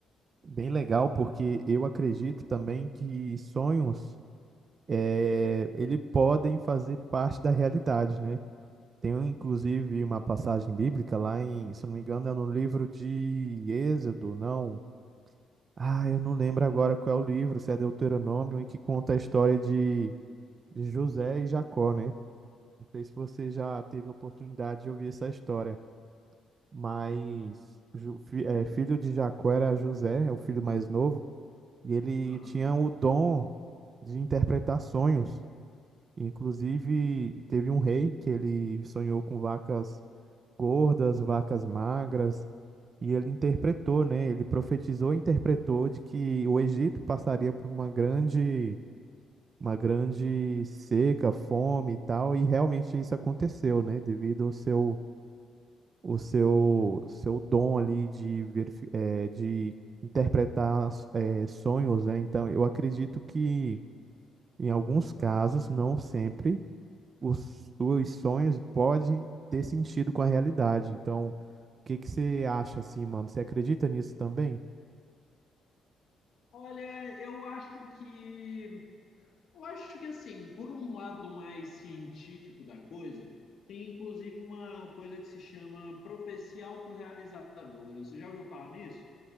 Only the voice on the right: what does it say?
bem legal, porque eu acredito também que sonhos é, ele podem fazer parte da realidade, né? Tem, inclusive, uma passagem bíblica lá em, se eu não me engano, é no livro de Êxodo, não. Ah, eu não lembro agora qual é o livro, se é Deuteronômio, em que conta a história de de José e Jacó, né? Não sei se você já teve oportunidade de ouvir essa história, mas Ju- fi- eh, filho de Jacó era José, é o filho mais novo, e ele
tinha o dom de interpretar sonhos. Inclusive, teve um rei que ele sonhou com vacas gordas, vacas magras, e ele interpretou, né? Ele profetizou e interpretou de que o Egito passaria por uma grande uma grande seca, fome e tal, e realmente isso aconteceu, né? Devido ao seu, o seu, seu dom ali de ver, de interpretar eh, sonhos, né? Então, eu acredito que em alguns casos, não sempre, os, os sonhos podem ter sentido com a realidade. Então, o que que você acha assim, mano? Você acredita nisso também?